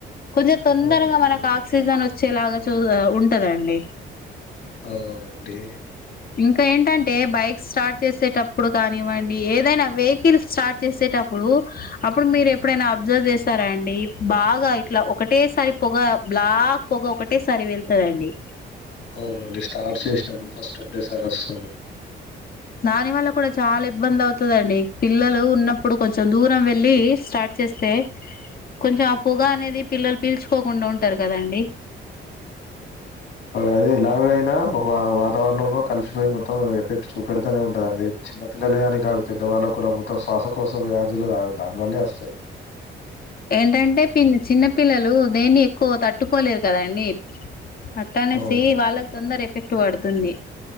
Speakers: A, on the left (about 50°); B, on the left (about 70°).
A: కొంచెం తొందరగా
B: అవునండి
A: మనకు ఆక్సిజన్ వచ్చేలాగా చూ ఉంటదండి.
B: అవునండి
A: ఇంకా ఏంటంటే బైక్ స్టార్ట్ చేసే. అప్పుడు కానివ్వండి ఏదైనా, వెహికల్ స్టార్ట్ చేసేటప్పుడు, అప్పుడు మీరు ఎప్పుడైనా అబ్జర్వ్ చేసారా అండి. బాగా ఇట్లా ఒకటేసారి. పొగ బ్లాక్ పొగ ఒకటే సరి వెళ్తందండి.
B: అవునండి స్టార్ట్ చేసినప్పుడు ఫస్ట్ అప్పుడే సారి వస్తమ్
A: దాని వల్ల కూడా చాలా ఇబ్బంది అవుతుందండి పిల్లలకు ఉన్నప్పు ఇప్పుడు కొంచెం దూరం వెళ్ళి స్టార్ట్ చేస్తే, కొంచెం ఆ పొగ అనేది పిల్లలు పీల్చుకోకుండా ఉంటారు. కదండి.
B: అదే ఇలాగైనా వా వాతావరణంలో కలిసిపోయి మొత్తం అది ఎలాగైనా వాతావరణం కలిసిపోయి ఎఫెక్ట్ చూపెడుతనే ఉంటదండి చిన్న పిల్లలే అని కాదు పెద్దవాళ్ళకు కూడా మొత్తం శ్వాసకోస వ్యాధులు దానివల్లే వస్తాయి
A: ఏంటంటే ప చిన్న పిల్లలు దేన్ని ఎక్కువ తట్టుకోలేరు కదండి అట్ట అనేసి
B: అవునండి
A: వాళ్ళకి తొందర ఎఫెక్ట్ పడుతుంది